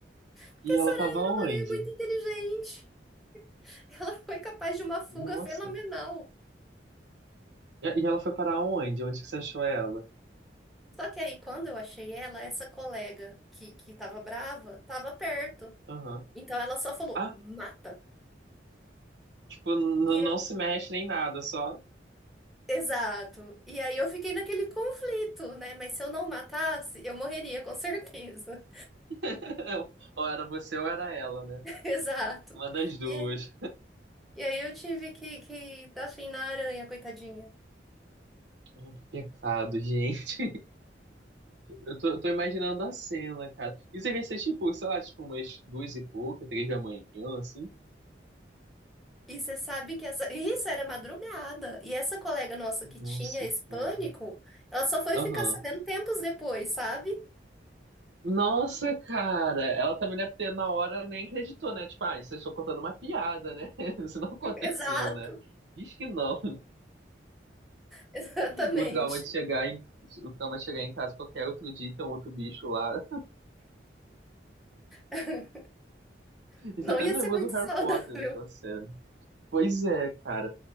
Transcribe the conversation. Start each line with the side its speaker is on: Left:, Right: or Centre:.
Centre: porque
Right: E
Centre: essa
Right: ela
Centre: aranha
Right: tava
Centre: era
Right: onde?
Centre: uma aranha muito inteligente. Ela foi capaz de uma fuga
Right: Nossa.
Centre: fenomenal.
Right: E e ela foi parar onde? Onde que você achou ela?
Centre: Só que aí, quando eu achei ela, essa colega que, que tava brava, tava perto.
Right: Aham.
Centre: Então ela só falou,
Right: Ah,
Centre: mata.
Right: tipo, n-
Centre: E eu,
Right: não se mexe nem nada, só
Centre: exato. E aí eu fiquei naquele conflito, né? Mas se eu não matasse, eu morreria com certeza.
Right: <laughs> ou era você ou era ela, né?
Centre: <laughs> Exato.
Right: Uma das duas.
Centre: E aí, e aí eu tive que, que dar fim na aranha, coitadinha.
Right: Ai, que pecado, gente. Eu tô, tô imaginando a cena, cara. Isso devia ser tipo, sei lá, tipo umas duas e pouca, três da manhã, assim.
Centre: E você sabe que essa. Isso era madrugada. E essa colega nossa
Right: Nossa,
Centre: que tinha esse pânico,
Right: cara.
Centre: ela só foi
Right: Aham.
Centre: ficar sabendo tempos depois, sabe?
Right: Nossa, cara. Ela também deve ter, na hora, nem acreditou, né? Tipo, ah, vocês estão contando uma piada, né? <laughs> Isso não
Centre: <laughs>
Right: aconteceu,
Centre: Exato.
Right: né? Diz que não.
Centre: Exatamente.
Right: O trauma de chegar em, o trauma de chegar em casa qualquer outro dia e ter um outro bicho lá.
Centre: <laughs>
Right: Isso
Centre: Não
Right: até
Centre: ia
Right: me
Centre: ser
Right: lembrou
Centre: muito
Right: do Harry
Centre: saudável.
Right: Potter, daquela cena. Pois é, cara.